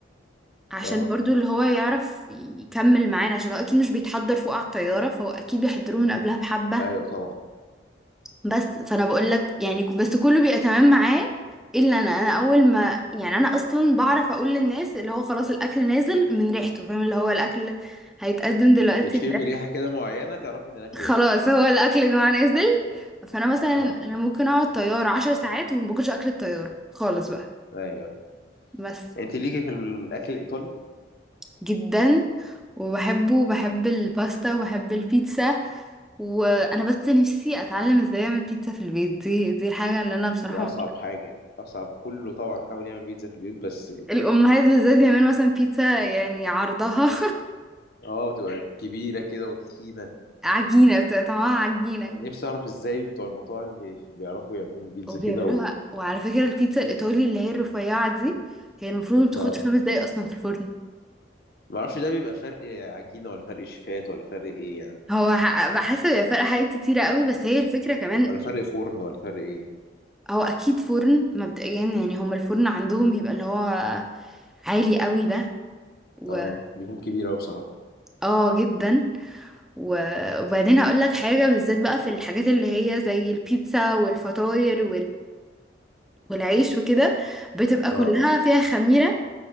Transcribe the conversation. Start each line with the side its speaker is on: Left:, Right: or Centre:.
Centre: عشان
Left: اه
Centre: برضو اللي هو يعرف يكمل معانا عشان هو اكيد مش بيتحضر فوق على الطيارة فهو اكيد بيحضروه من قبلها بحبة
Left: ايوه طبعا
Centre: بس فانا بقول لك يعني ك- بس كله بيبقى تمام معاه الا انا انا اول ما يعني انا اصلا بعرف اقول للناس اللي هو خلاص الاكل نازل من ريحته فاهم اللي هو الاكل هيتقدم دلوقتي
Left: بتشم
Centre: من ريحته.
Left: ريحه كده معينه تعرفي ان الاكل
Centre: <laughs> خلاص
Left: وصل
Centre: هو الاكل يا جماعه نازل فانا مثلا
Left: اه
Centre: انا ممكن اقعد طياره عشر ساعات وما باكلش اكل الطياره خالص بقى
Left: ايوه
Centre: بس
Left: انت ليكي في الاكل الايطالي
Centre: جدا وبحبه وبحب الباستا وبحب البيتزا وانا بس نفسي اتعلم ازاي اعمل بيتزا في البيت دي دي الحاجه اللي انا بصراحه
Left: دي اصعب حاجه اصعب كله طبعا حاول يعمل بيتزا في البيوت بس
Centre: الأمهات بالذات يعملوا مثلا بيتزا يعني عرضها
Left: اه بتبقى كبيره كده وتخينه
Centre: <laughs> عجينة بتبقى طعمها عجينة
Left: نفسي اعرف ازاي بتوع المطاعم بي- بيعرفوا يعملوا البيتزا
Centre: وبيعملوها
Left: كده و...
Centre: وعلى فكرة البيتزا الإيطالي اللي هي الرفيعة دي هي المفروض ما بتاخدش
Left: لا
Centre: خمس دقايق أصلا في الفرن
Left: ما اعرفش ده بيبقى فرق عجينه ولا فرق شيفات ولا فرق ايه يعني
Centre: هو ح- بحس هي فرق حاجات كتيرة قوي بس هي الفكرة كمان
Left: ولا فرق فرن ولا فرق ايه
Centre: هو أكيد فرن مبدئيا يعني هما الفرن عندهم بيبقى اللي هو عالي قوي ده و
Left: اه بيكون كبير قوي بصراحه
Centre: اه جدا و- وبعدين هقول لك حاجة بالذات بقى في الحاجات اللي هي زي البيتزا والفطاير والعيش وكده بتبقى
Left: اه
Centre: كلها فيها خميرة